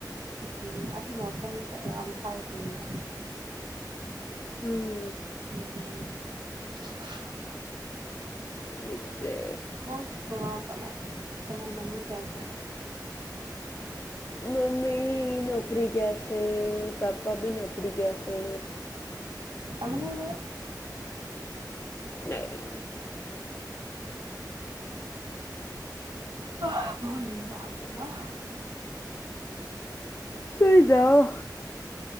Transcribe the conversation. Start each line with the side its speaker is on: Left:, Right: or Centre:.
Right: હમ્મ, આટલે મોસમ સ અમથાય ગેયલા.
Left: હમ્મ.
Right: <inaudible>
Left: ઠીક સે.
Right: કોક સુણાવો તમે, તમે લંબી ક્યા સે.
Left: મમ્મી. નોકરી ગીયા સે, પાપા બી નોકરી ગીયાસે.
Right: તમ ને ગે.
Left: નઈ.
Right: હઅ બઉ નિંદ આવસે ના.
Left: સુઈ જાઓ.